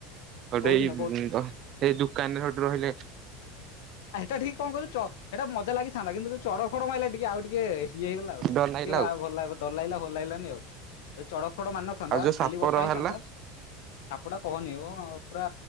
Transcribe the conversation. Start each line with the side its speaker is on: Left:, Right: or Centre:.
Right: ଗୋଟେ
Left: କୋଉ ଦିନ
Right: ଏଇ
Left: କୋଉ
Right: ଦ ଏଇ ଦୋକାନରେ ଗୋଟେ ରହିଲେ।
Left: ଆ ହେଟା ଠିକ୍ କଣ କହିଲୁ ଚ ହେଟା ମଜା ଲାଗିଥାନ୍ତା କିନ୍ତୁ ଯୋଉ ଚଡଖ ଫଡକ ମାଇଲା ଟିକେ ଆଉ ଟିକେ ଇଏ ହେଇଗଲା। କିଏ
Right: ଡର ଲାଗିଲା
Left: ଆଉ ଭଲାଗ ଡର ଲାଗିଲା ଭଲ ଲାଗଲାନି ଆଉ। ଯଦି ଚଡକ ଖଡକ ମାରିନଥାନ୍ତା
Right: ଆଉ ଯୋଉ ସାପର
Left: ଖାଲି ବର୍ଷା
Right: ବାହାରିଲା
Left: ହେଇଥାନ୍ତା ସାପ ଟା କହନି ମୁ ପୁରା